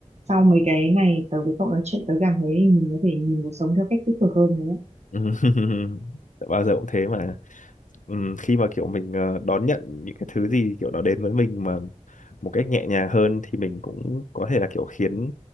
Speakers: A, on the right (about 60°); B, on the left (about 90°).
A: Sau mấy cái này tớ với cậu nói chuyện tớ cảm thấy mình có thể nhìn cuộc sống theo cách tích cực hơn đấy.
B: <laughs> bao giờ cũng thế mà Ừm, khi mà kiểu mình ờ, đón nhận những cái thứ gì kiểu nó đến với mình mà một cách nhẹ nhàng hơn thì mình cũng có thể là kiểu khiến